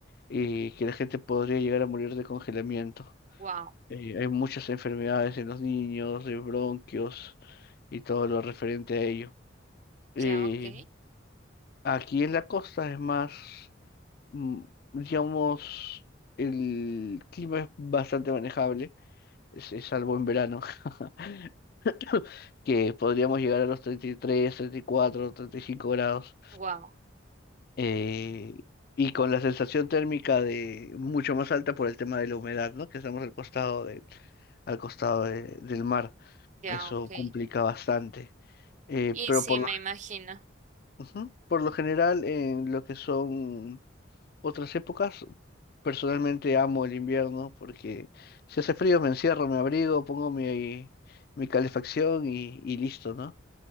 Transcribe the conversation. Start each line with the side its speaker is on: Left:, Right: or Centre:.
Left: eh, que la gente podría llegar a morir de congelamiento.
Right: wow,
Left: Eh, hay muchas enfermedades en los niños, de bronquios y todo lo referente a ello. Eh,
Right: ya ok,
Left: aquí en la costa es más, mm, digamos, el clima es bastante manejable, es- es salvo en verano, <laughs> que podríamos llegar a los treinta treinta y y tres treinta y cuatro treinta y cinco grados.
Right: wow,
Left: eh, y con la sensación térmica de mucho más alta por el tema de la humedad, ¿no? Que estamos al costado del, al costado de- del mar.
Right: ya
Left: Eso
Right: ok.
Left: complica bastante. Eh,
Right: Y
Left: pero
Right: sí,
Left: por lo,
Right: me imagino.
Left: ujú, por lo general, en lo que son otras épocas, personalmente amo el invierno porque si hace frío me encierro, me abrigo, pongo mi, mi calefacción y, y listo, ¿no?